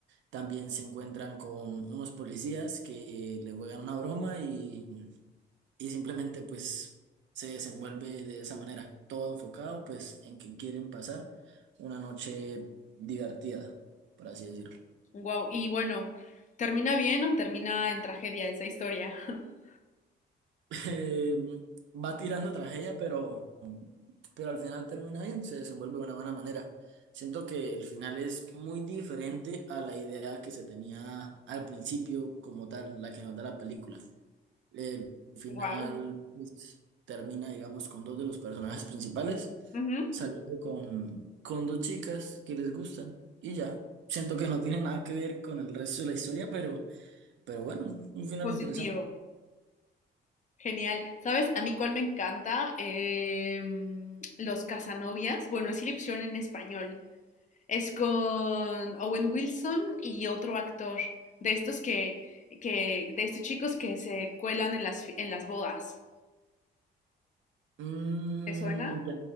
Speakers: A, on the right; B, on the left.
A: también se encuentran con unos policías que le juegan una broma y, y simplemente pues se desenvuelve de esa manera, todo enfocado pues en que quieren pasar una noche divertida, por así decirlo.
B: Wow, y bueno, ¿termina bien o termina en tragedia esa historia? <laughs>
A: <laughs> Eh, va tirando tragedia, pero, pero al final termina bien, se desenvuelve de una buena manera. Siento que el final es muy diferente a la idea que se tenía al principio como tal, la que nos da la película. El final
B: Wow.
A: pues, termina, digamos, con dos de los personajes principales
B: Ujú,
A: saliendo con, con dos chicas que les gustan y ya. Siento que no tiene nada que ver con el resto de la historia, pero, pero bueno, un final
B: Positivo.
A: interesante.
B: Genial. ¿Sabes? A mí cuál me encanta. Em, Los Casanovias. Bueno, es le en español. Es con Owen Wilson y otro actor. De estos que, que, de estos chicos que se cuelan en las, fi- en las bodas.
A: Mm,
B: ¿Te suena?
A: ya.